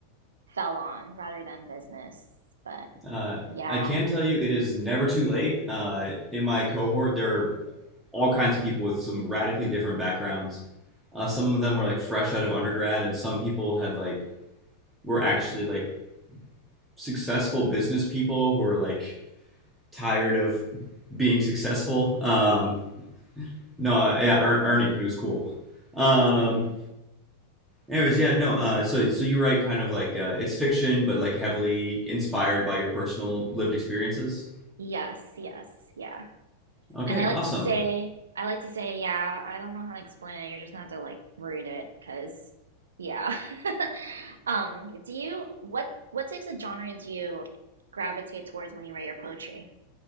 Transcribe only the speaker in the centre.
Uh,
I can tell you it is never too late. Uh, in my cohort, there are all kinds of people with some radically different backgrounds. Uh, some of them were like fresh out of undergrad, and some people had like were actually like successful business people who were like tired of being successful. Um, no, uh, yeah, er- Ernie, he was cool. Um,
anyways, yeah, no. Uh, so so you write kind of like uh, it's fiction, but like heavily inspired by your personal lived experiences.
Okay,
awesome.